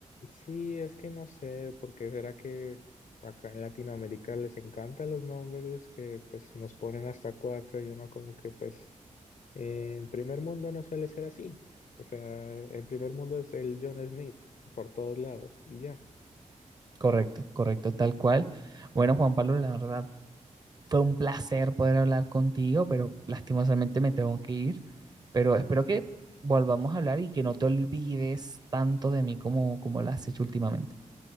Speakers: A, on the left; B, on the right.
A: Sí, es que no sé, porque será que acá en Latinoamérica les encantan los nombres que pues nos ponen hasta cuatro y uno como que pues en primer mundo no suele ser así. O sea, en primer mundo es el John Smith por todos lados y ya.
B: Correcto, correcto, tal cual. Bueno, Juan Pablo, la verdad, fue un placer poder hablar contigo, pero lastimosamente me tengo que ir. Pero espero que volvamos a hablar y que no te olvides tanto de mí como, como lo has hecho últimamente.